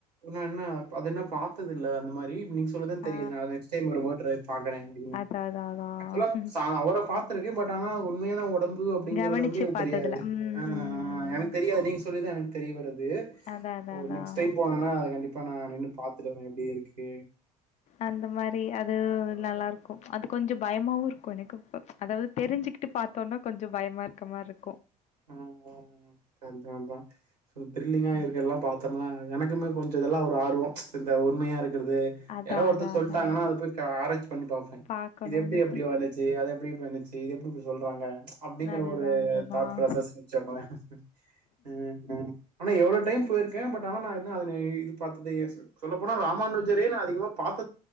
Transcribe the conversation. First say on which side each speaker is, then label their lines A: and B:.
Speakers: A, on the right; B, on the left.
A: ன்ன என்ன அது என்ன பாத்தது இல்ல அந்த மாரி <unintelligible> சொல்லிதா
B: ஆ
A: தெரியது நா நெக்ஸ்ட் டைம் வரும்போது ட்ரை பாக்கறே அப்டினு
B: அதான் அதான் அதான்.
A: ஆக்சுவலா நா அவர பாத்துருக்கேன் பட் ஆனா உண்மையான உடல் இருந்தது அப்டிங்கிறது
B: கவனிச்சு
A: வந்து எனக்கு
B: பாத்ததுல.
A: தெரியாது
B: ம்
A: ஆ
B: ம்.
A: எனக்கு தெரியாது நீங்க சொல்லிதா எனக்கு தெரிய வருது
B: அதான் அதான்
A: ஓ
B: அதான்.
A: நெக்ஸ் டைம் போனேனா அது கண்டிப்பா நா நின்னு பாத்துட்டு வரேன் எப்டி இருக்கு
B: அந்த மாரி அது நல்லா இருக்கும் அது கொஞ்ச பயமாவு இருக்கும் எனக்கு இப்ப அதாவது தெரிஞ்சசுக்கிட்டு பாத்தோம்னா கொஞ்ச பயமா இருக்க மாரி இருக்
A: ம்-ம்-ம் அதான்- அதான் சோ த்ரில்லிங்கா
B: ம்.
A: இருக்கு எல்லாம் பாத்தோம்னா அ எனக்குமே கொஞ்ச இதெல்லா ஒரு ஆர்வோ இந்த உண்மையா இருக் இருக்குறது
B: அதான்
A: யாராவது ஒருத்தர்
B: அதான்
A: சொல்ட்டாங்கன்னா
B: அதான்.
A: அத போய் க ஆராச்சி பண்ணி பாப்பேன்
B: பாக்கணும்னு.
A: இது எப்டி-அப்டி வந்துச்சு அது எப்டி வந்துச்சு இது எப்டி இப்டி சொல்றாங்க அப்டிங்கற
B: அதுதான்
A: ஒரு
B: அதுதான்.
A: தாட் <unintelligible> ஆ ஆ ஆனா இப் எவ்ளோ டைம் போயிருக்கே பட் ஆனா நா என்ன அதுன இது பாத்ததே யோச சொல்லப் போனா ராமானுஜரே நா அதிகமா பாத்